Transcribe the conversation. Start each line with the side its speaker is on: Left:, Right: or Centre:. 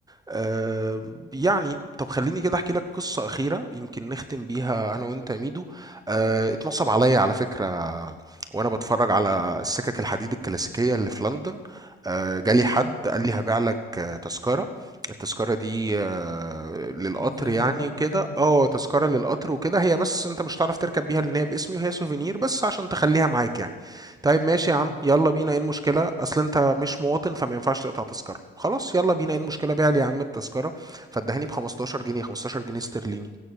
Right: آه، يعني طب خليني كده احكي لك قصة أخيرة يمكن نختم بيها أنا وأنت يا ميدو آه، اتنصب عليا على فكرة وأنا بتفرج على السكك الحديد الكلاسيكية اللي في لندن آه، جالي حد
Left: آه.
Right: قال لي هبيع لك آه، تذكرة التذكرة دي آه، للقطر
Left: زي
Right: يعني
Left: في المحطة
Right: وكده
Left: يعني
Right: اه تذكرة للقطر وكده هي بس انت مش هتعرف تركب بيها لان هي باسمي وهي سوفينير بس عشان تخليها معاك يعني طيب ماشي يا عم
Left: آه.
Right: يلا بينا ايه المشكلة اصل انت مش مواطن فما ينفعش تقطع تذكرة خلاص يلا بينا ايه المشكلة بيع لي يا عم التذكرة فادهاني ب 15 جنيه 15 جنيه استرليني